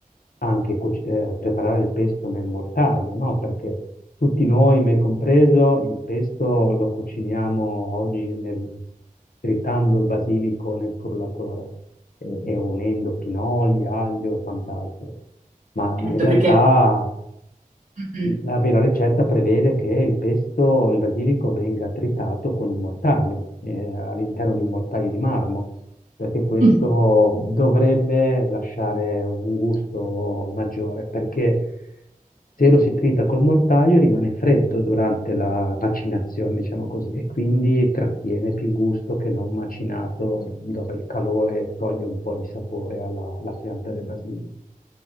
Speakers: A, on the left; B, on the right.
A: anche cuc- eh, preparare il pesto nel mortaio, no? Perché tutti noi, me compreso, il pesto lo cuciniamo oggi nel- tritando il basilico nel frullatore e, e unendo pinoli, aglio e quant'altro. Ma in
B: Certo,
A: realtà.
B: perché... Mm,
A: La vera ricetta prevede che il pesto, il basilico, venga tritato con un mortaio, eh, all'interno di un mortaio di marmo, perché questo
B: mm,
A: dovrebbe lasciare un gusto maggiore, perché se lo si trita col mortaio rimane freddo durante la macinazione, diciamo così, e quindi trattiene più gusto che non macinato, dove il calore toglie un po' di sapore alla alla pianta del basilico.